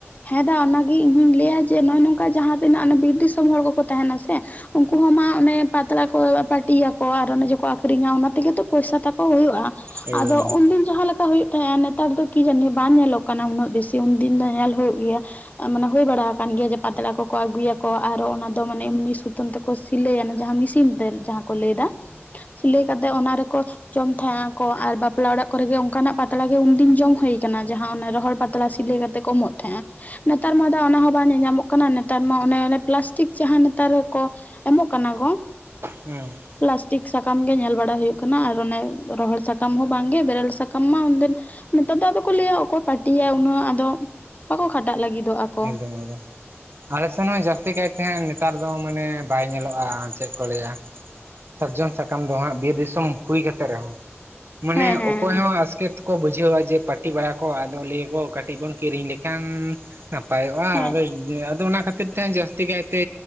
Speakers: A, on the left (about 35°); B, on the right (about 60°).
A: ᱦᱮᱸ ᱫᱟ ᱚᱱᱟ ᱜᱤ ᱤᱧᱦᱩᱧ ᱞᱟᱹᱭᱟ ᱡᱮ ᱱᱚᱜᱼᱚᱭ ᱱᱚᱝᱠᱟ ᱡᱟᱦᱟᱸ ᱛᱤᱱᱟᱹᱜ ᱚᱱᱟ ᱵᱤᱨ ᱫᱤᱥᱚᱢ ᱦᱚᱲ ᱠᱚᱠᱚ ᱛᱟᱦᱮᱱᱟ ᱥᱮ ᱩᱱᱠᱩ ᱦᱚᱸ ᱢᱟ ᱚᱱᱮ ᱯᱟᱛᱲᱟ ᱠᱚ ᱯᱟᱟᱹᱴᱤᱭ ᱟᱠᱚ ᱟᱨ ᱚᱱᱮ ᱡᱮᱠᱚ ᱟᱠᱷᱨᱤᱧᱟ ᱚᱱᱟ ᱛᱮᱜ ᱛᱚ ᱯᱚᱭᱥᱟ ᱛᱟᱠᱚ ᱦᱩᱭᱩᱜᱼᱟ ᱾
B: ᱮᱠᱫᱚᱢ
A: ᱟᱫᱚ ᱩᱱᱫᱤᱱ ᱡᱟᱦᱟᱸᱞᱮᱠᱟ ᱦᱩᱭᱩᱜ ᱛᱟᱦᱮᱸᱼᱟ ᱱᱮᱛᱟᱨ ᱫᱚ ᱠᱤ ᱡᱟᱹᱱᱤ ᱵᱟᱝ ᱧᱮᱞᱚᱜ ᱠᱟᱱᱟ ᱩᱱᱟᱹᱜ ᱵᱮᱥ ᱪᱮ ᱩᱱᱫᱤᱱ ᱫᱚ ᱧᱮᱞ ᱦᱩᱭᱩᱜ ᱜᱮᱭᱟ ᱾ ᱟ-ᱢᱟᱱᱮ ᱦᱩᱭ ᱵᱟᱲᱟ ᱟᱠᱟᱱ ᱜᱮᱭᱟ ᱡᱮ ᱯᱟᱛᱲᱟ ᱠᱚᱠᱚ ᱟᱹᱜᱩᱭᱟ ᱠᱚ ᱟᱨᱚ ᱚᱱᱟ ᱫᱚ ᱢᱟᱱᱮ ᱮᱢᱱᱤ ᱥᱩᱛᱟᱹᱢ ᱛᱮ ᱠᱚ ᱥᱤᱞᱟᱹᱭᱟ ᱡᱟᱦᱟᱸ ᱢᱤᱥᱤᱱ ᱛᱮ ᱡᱟᱦᱟᱸ ᱠᱚ ᱞᱟᱹᱭ ᱫᱟ ᱥᱤᱞᱟᱹᱭ ᱠᱟᱛᱮ ᱚᱱᱟ ᱨᱮᱠᱚ ᱡᱚᱢ ᱛᱟᱦᱮᱸ ᱟᱠᱚ ᱟᱨ ᱵᱟᱯᱞᱟ ᱚᱲᱟᱜ ᱠᱚᱨᱮ ᱜᱮ ᱚᱱᱠᱟᱱᱟᱜ ᱯᱟᱛᱲᱟ ᱜᱮ ᱩᱱᱫᱤᱱ ᱡᱚᱢ ᱦᱩᱭ ᱠᱟᱱᱟ ᱡᱟᱦᱟᱸ ᱨᱚᱦᱚᱲ ᱯᱟ ᱛᱚᱨᱟ ᱥᱤᱞᱟᱹᱭ ᱠᱟᱛᱮᱜ ᱠᱚ ᱮᱢᱚᱜ ᱛᱟᱦᱮᱸᱜᱼᱟ ᱾ ᱱᱮᱛᱟᱨ ᱢᱟ ᱫᱟ ᱚᱱᱟ ᱦᱚ ᱵᱟᱝ ᱧᱮ-ᱧᱟᱢᱚᱜ ᱠᱟᱱᱟ ᱱᱮᱛᱟᱨ ᱢᱟ ᱚᱱᱮ ᱚᱱᱟ ᱯᱞᱟᱥᱴᱤᱠ ᱡᱟᱦᱟᱸ ᱱᱮᱛᱟᱨ ᱠᱚ ᱮᱢᱚᱜ ᱠᱟᱱᱟ ᱠᱚ ᱾
B: ᱦᱩᱸ
A: ᱯᱞᱟᱥᱴᱤᱠ ᱥᱟᱠᱟᱢ ᱜᱮ ᱧᱮᱞ ᱵᱟᱲᱟ ᱦᱩᱭᱩᱜ ᱠᱟᱱᱟ ᱟᱨ ᱚᱱᱮ ᱨᱚᱦᱚᱲ ᱥᱟᱠᱟᱢ ᱦᱚᱸ ᱵᱟᱝᱜᱮ ᱵᱮᱨᱮᱞ ᱥᱟᱠᱟᱢ ᱢᱟ ᱩᱱᱫᱚ ᱱᱮᱛᱟᱨ ᱫᱚ ᱟᱫᱚ ᱠᱚ ᱞᱟᱹᱭᱟ ᱚᱠᱚᱭ ᱯᱟᱹᱴᱤᱭᱟ ᱩᱱᱟᱹᱜ ᱟᱫᱚ ᱵᱟᱠᱚ ᱠᱷᱟᱴᱟᱜ ᱞᱟᱹᱜᱤᱫᱚᱜᱼᱟ ᱠᱚ
B: ᱮᱠᱫᱚᱢ ᱮᱠᱫᱚᱢ ᱟᱞᱮ ᱥᱮᱱ ᱦᱚᱸ ᱡᱟᱹᱥᱛᱤ ᱠᱟᱭ ᱛᱟᱦᱮᱸᱱ ᱱᱮᱛᱟᱨ ᱫᱚ ᱢᱟᱱᱮ ᱵᱟᱭ ᱧᱮᱞᱚᱜᱼᱟ ᱪᱮᱫ ᱠᱚ ᱞᱟᱹᱭᱟ ᱥᱟᱨᱡᱚᱢ ᱥᱟᱠᱟᱢ ᱫᱚ ᱦᱟᱸᱜ ᱵᱤᱨ ᱫᱤᱥᱚᱢ ᱦᱩᱭ ᱠᱟᱛᱮ ᱨᱮᱦᱚᱸ ᱢᱟᱱᱮ
A: ᱦᱮᱸ ᱦᱮᱸ
B: ᱚᱠᱚᱭ ᱦᱚᱸ ᱟᱥᱠᱮᱛ ᱠᱚ ᱵᱩᱡᱷᱟᱹᱣᱼᱟ ᱡᱮ ᱯᱟᱹᱴᱤ ᱵᱟᱲᱟ ᱠᱚ ᱟᱫᱚ ᱞᱟᱹᱭᱟ ᱠᱚ ᱠᱟᱹᱴᱤᱡ ᱵᱚᱱ ᱠᱤᱨᱤᱧ ᱞᱮᱠᱷᱟᱱ ᱯᱟᱭᱚᱜᱼᱟ
A: ᱦᱮᱸ
B: ᱟᱫᱚ ᱟᱫᱚ ᱚᱱᱟ ᱠᱷᱟᱹᱛᱤᱨ ᱛᱮ ᱡᱟᱹᱥᱛᱤ ᱠᱟᱭᱛᱮ